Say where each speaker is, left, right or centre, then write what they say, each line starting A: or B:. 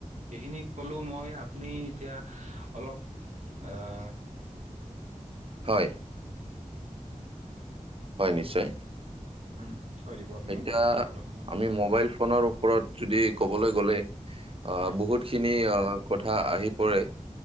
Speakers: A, on the right; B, on the right.
A: এইখিনি কলো মই, আপুনি এতিয়া অলপ আহ
B: হয়।
A: <inaudible>
B: হয় নিশ্চয়
A: উম। কৈ দিব আপুনি
B: এতিয়া
A: অলপমান
B: আমি
A: উম,
B: মোবাইল ফোনৰো ওপৰত যদি ক'বলৈ গ'লে আ,
A: হয়,
B: বহুতখিনি আ, কথা আহি পৰে।